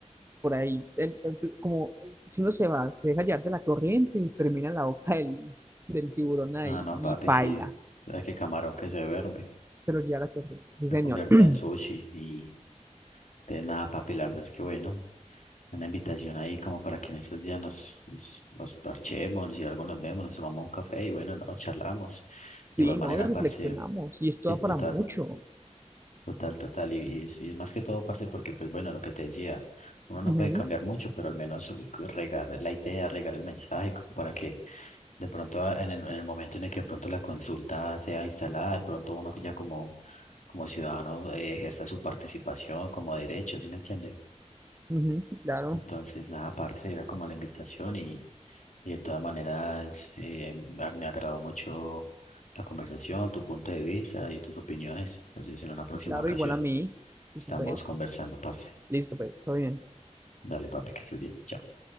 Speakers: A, on the right; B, on the left.
A: por ahí, el- el- como el- si uno se va, se deja llevar de la corriente y termina en la boca del, del tiburón ahí
B: Ah, no, papi,
A: y paila,
B: sí, sabes que camarón que se duerme
A: pero ya la corriente. Sí,
B: se
A: señor.
B: convierte
A: <clears throat>
B: en sushi y. De nada, papi, la verdad es que bueno, una invitación ahí como para que en estos días nos, nos, nos parchemos y algo nos vemos, nos tomamos un café y bueno, no, charlamos.
A: Sí,
B: De igual manera,
A: no, y reflexionamos
B: parce,
A: y esto
B: sí,
A: da
B: total,
A: para mucho.
B: total, total. Y, y es y es más que todo, parce, porque pues bueno, lo que te decía, uno no
A: Ujú,
B: puede cambiar mucho, pero al menos eh, regar la idea, regar el mensaje, como para que de pronto ah, en el, en el momento en el que de pronto la consulta sea instalada, de pronto uno que ya como, como ciudadano eh, ejerza su participación como derecho, ¿sí me entiende?
A: ujú, sí, claro,
B: Entonces, nada, parce, era como la invitación y, y de todas maneras eh, a- me agradó mucho la conversación, tu punto de vista y tus opiniones. Entonces, en una próxima
A: sí, claro,
B: ocasión
A: igual a mí. Listo,
B: estamos
A: pues,
B: conversando, parce.
A: listo, pues, todo bien.
B: Dale, papi, que estés bien. Chao.